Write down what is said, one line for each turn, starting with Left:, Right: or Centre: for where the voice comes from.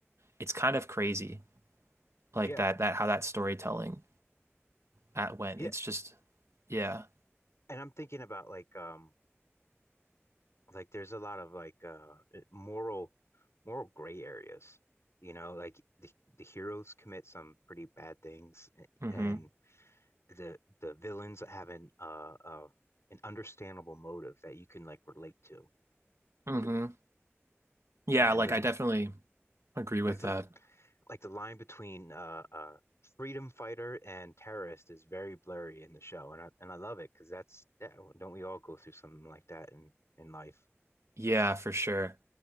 Right: it's kind of crazy, like
Left: yeah,
Right: that that how that storytelling at when.
Left: yeah.
Right: It's just, yeah.
Left: And I'm thinking about like, um, like there's a lot of like, uh, eh, moral, moral gray areas. You know, like the the heroes commit some pretty bad things,
Right: hmm
Left: and the the villains have an uh, uh an understandable motive that you can like relate to.
Right: hmm Yeah,
Left: And
Right: like
Left: the
Right: I definitely agree with
Left: like the
Right: that.
Left: like the line between uh, uh, freedom fighter and terrorist is very blurry in the show, and I and I love it because that's yeah, don't we all go through something like that in in life?
Right: Yeah, for sure.